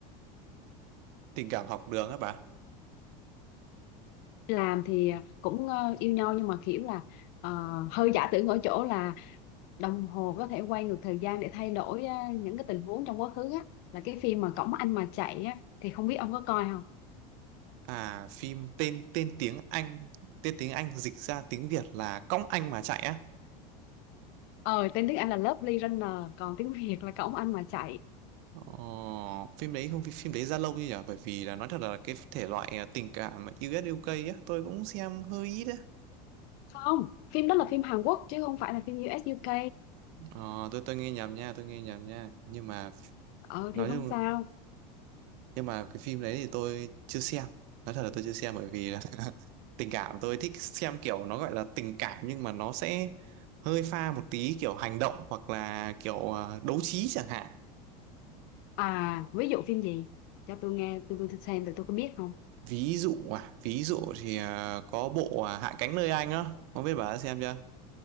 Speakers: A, on the right (about 60°); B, on the left (about 55°).
A: tình cảm học đường á bà
B: làm thì cũng ờ, yêu nhau nhưng mà kiểu là ờ, hơi giả tưởng ở chỗ là đồng hồ có thể quay ngược thời gian để thay đổi á, những cái tình huống trong quá khứ á là cái phim mà Cổng Anh mà chạy á thì không biết ông có coi không
A: à phim tên tên tiếng Anh tên tiếng Anh dịch ra tiếng Việt là cõng anh mà chạy á
B: ờ tên tiếng Anh là Lovely Runner còn tiếng Việt là Cổng Anh mà chạy
A: Ồ, phim đấy không phim đấy ra lâu như nhỉ bởi vì là nói thật là cái thể loại à, tình cảm mà US UK á tôi cũng xem hơi ít á
B: không phim đó là phim Hàn Quốc chứ không phải là phim u ét u UK
A: Ờ, tôi tôi nghe nhầm nha tôi nghe nhầm nha nhưng mà
B: ờ
A: nói
B: thì không
A: chung
B: sao
A: nhưng mà cái phim đấy thì tôi chưa xem nói thật là tôi chưa xem bởi vì là <laughs> tình cảm tôi thích xem kiểu nó gọi là tình cảm nhưng mà nó sẽ hơi pha một tí kiểu hành động hoặc là kiểu à, đấu trí chẳng hạn
B: à ví dụ phim gì cho tôi nghe tôi tôi xem rồi tôi có biết không
A: ví dụ à ví dụ thì à, có bộ à, Hạ cánh nơi anh á không biết bà đã xem chưa